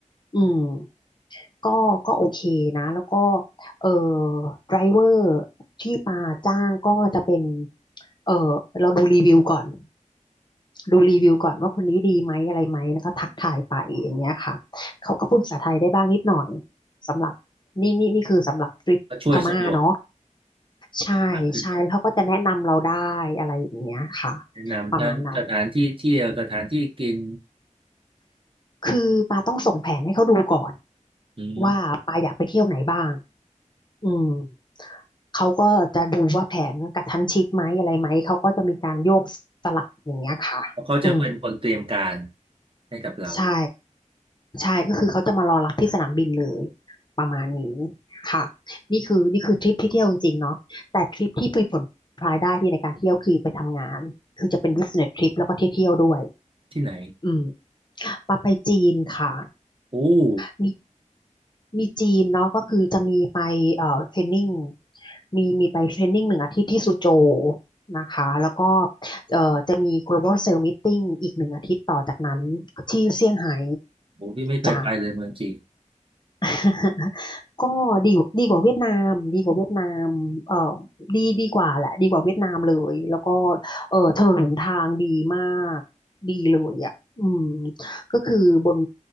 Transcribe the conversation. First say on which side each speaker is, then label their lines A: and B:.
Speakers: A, on the left; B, on the right.
A: อืม ก็ก็โอเคนะแล้วก็เอ่อไดรเวอร์ที่ปาจ้างก็จะเป็นเอ่อเราดูรีวิวก่อนดูรีวิวก่อนว่าคนนี้ดีไหมอะไรไหมแล้วก็ทักทายไปอย่างเงี้ยค่ะเขาก็พูดภาษาไทยได้บ้างนิดหน่อยสำหรับนี่นี่นี่คือสำหรับทริปพม่าเนาะ
B: ก็ช่วยสะดวก
A: ใช่ใช่แล้วเขาก็จะแนะนำเราได้อะไรอย่างเงี้ยค่ะ
B: มากขึ้นไปแนะนำทั้งสถานที่เที่ยวสถานที่กิน
A: ประมาณนั้นคือปาต้องส่งแผนให้เขาดูก่อน
B: อืม
A: ว่าปาอยากไปเที่ยวไหนบ้าง อืมเขาก็จะดูว่าแผนกระชั้นชิดไหมอะไรไหมเขาก็จะมีการโยกสลับอย่างเงี้ยค่ะอืม
B: เพราะเขาจะเป็นคนเตรียมการให้กับเรา
A: ใช่ใช่ก็คือเขาจะมารอรับที่สนามบินเลยประมาณนี้ค่ะนี่คือนี่คือทริปที่เที่ยวจริงๆเนาะแต่ทริปที่มีผลพลอยได้ที่ในการเที่ยวคือไปทำงานคือจะเป็น business trip แล้วก็เที่ยวๆด้วย
B: ที่ไหน
A: อืมปาไปจีนค่ะ
B: โอ้โ
A: มีมีจีนเนาะก็คือจะมีไปเอ่อเทรนนิ่งมีมีไปเทรนนิ่งหนึ่งอาทิตย์ที่ซูโจวนะคะแล้วก็เอ่อจะมี Global Sales Meeting อีกหนึ่งอาทิตย์ต่อจากนั้นที่เซี่ยงไฮ้
B: หพี่ไม่เคยไปเลยเมืองจีน
A: จ้ะ <laughs> ก็ดีดีกว่าเวียดนามดีกว่าเวียดนามเอ่อดีดีกว่าแหละดีกว่าเวียดนามเลยแล้วก็เอ่อถนนหนทางดีมากดีเลยอ่ะอืมก็คือบน